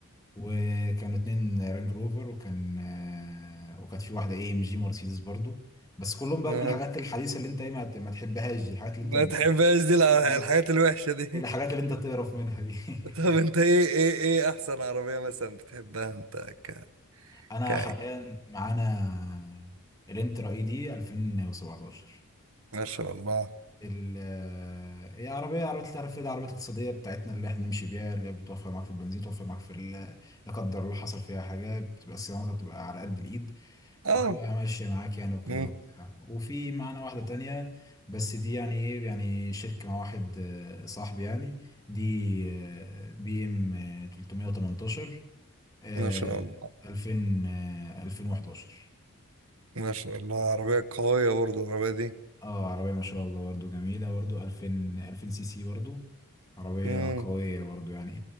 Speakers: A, on the left; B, on the right.
A: وكانوا اتنين رانج روفر وكان آه، وكانت في واحده اي ام جي مرسيدس برضو بس كلهم بقى
B: ما
A: من الحاجات الحديثه اللي انت ايه ما ت- ما تحبهاش دي، الحاجات اللي
B: ما
A: انت بت-
B: تحبهاش دي الع-
A: الحاجات
B: الحاجات الوحشة دي
A: الحاجات
B: <laughs>
A: اللي انت تقرف منها دي
B: طب انت
A: <laughs>
B: ايه ايه ايه احسن عربية مثلا بتحبها انت ك...
A: انا
B: ك...
A: حاليا معانا الانترا اي دي 2017
B: ما شاء الله
A: ال آه، هي عربية عربية التعرف دي عربيات اقتصادية بتاعتنا اللي احنا نمشي بيها اللي هي بتوفر معاك في البنزين توفر معاك في ال- لا قدر الله حصل فيها حاجة بتبقى صيانتها بتبقى على قد الإيد فبتبقى
B: اه
A: ماشية معاك يعني وكده
B: مم.
A: وبتاع وفي معانا واحدة تانية بس دي يعني ايه يعني شركة مع واحد آه، صاحبي يعني دي آه، بي ام 318 آه،
B: ما شاء الله
A: 2000 آه، 2011
B: ما شاء الله عربية قوية برضو العربية دي
A: اه عربية ما شاء الله برضو جميلة برضو 2000 2000 سي سي برضو عربية
B: مم.
A: قوية برضو يعني